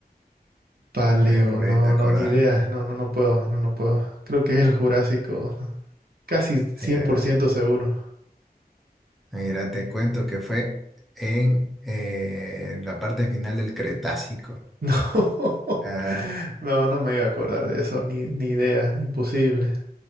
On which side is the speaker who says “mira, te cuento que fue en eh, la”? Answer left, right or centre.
Centre